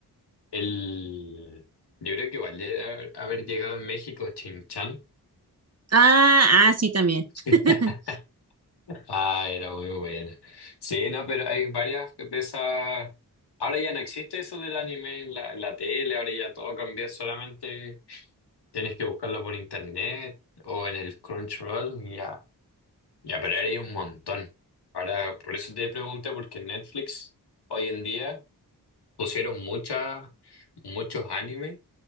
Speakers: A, on the left; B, on the right.
A: el... Yo creo que igual llega- haber llegado en México, Chin Chan.
B: Ah, ah, sí, también. <laughs>
A: <laughs> Ah, era muy buena. Sí, no, pero hay varias de esas... Ahora ya no existe eso del anime en la, en la tele, ahora ya todo cambió, solamente tienes que buscarlo por internet o en el Crunchyroll, ya. Ya, pero ahora hay un montón. Ahora, por eso te pregunté, porque en Netflix hoy en día pusieron muchas, muchos animes